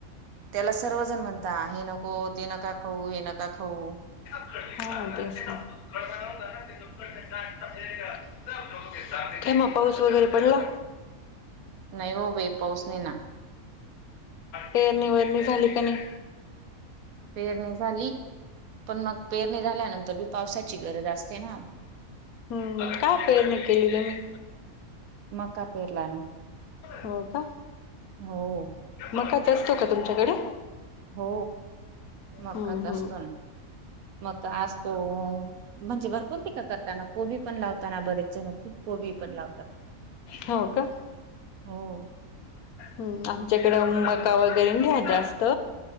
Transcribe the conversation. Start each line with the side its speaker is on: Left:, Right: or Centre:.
Right: त्याला सर्वजण म्हणत ता हे नको ते नका खाऊ हे नका खाऊ
Left: हा तेच ना <unintelligible> काय मग पाऊस वगैरे पडला?
Right: नाही हो बाई पाऊस नाही ना.
Left: पेरणी वरणी झाली का नाही?
Right: पेरणी झाली पण मग पेरणी झाल्यानंतर पावसाची गरज असते ना
Left: हम्म काय पेरणी केली तुम्ही?
Right: मका पेरला आम्ही
Left: हो का?
Right: हो.
Left: मकाच असतो का तुमच्याकडे?
Right: हो मकाच
Left: हम्म
Right: असतो
Left: हम्म
Right: ना मका असतो म्हणजे भरपूर पीक करताना कोबी पण लावताना बरेक जण खुप कोबी लावता
Left: हो का?
Right: हो.
Left: ह् आमच्याकडें मका वगैरे नाही जास्त